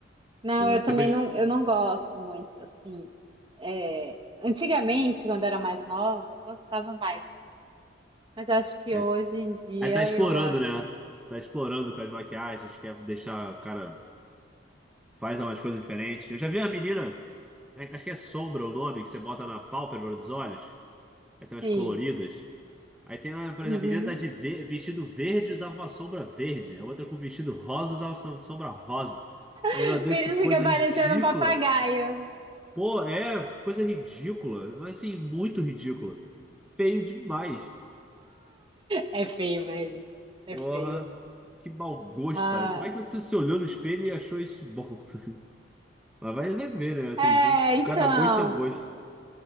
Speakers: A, on the right; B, in the centre.
A: Não,
B: É,
A: eu também
B: Tem umas...
A: não, eu não gosto muito, assim. É, antigamente, quando era mais nova, eu gostava mais, assim. Mas acho que
B: é,
A: hoje em dia
B: aí tá explorando,
A: eu acho
B: né?
A: que
B: Tá explorando com as maquiagens, quer deixar o cara. Faz umas coisas diferentes. Eu já vi uma menina, é, acho que é sombra o nome, que você bota na pálpebra dos olhos. Aí tem umas
A: sim.
B: coloridas. Aí tem uma, por
A: Uhum.
B: exemplo, a menina tá de ve- vestido verde e usava uma sombra verde. A outra com vestido rosa usava som- sombra rosa. Falei,
A: <laughs>
B: meu Deus,
A: Filho
B: que coisa
A: fica parecendo
B: ridícula.
A: um papagaio, né?
B: Pô, é, coisa ridícula. Mas assim, muito ridícula. Feio demais.
A: É feio, velho. É
B: Porra,
A: feio.
B: que mau gosto,
A: Ah,
B: sabe? Como é que você se olhou no espelho e achou isso bom? <laughs> Mas vai vai ver, né? Tem
A: é,
B: gente.
A: então.
B: Cada gosto é um gosto.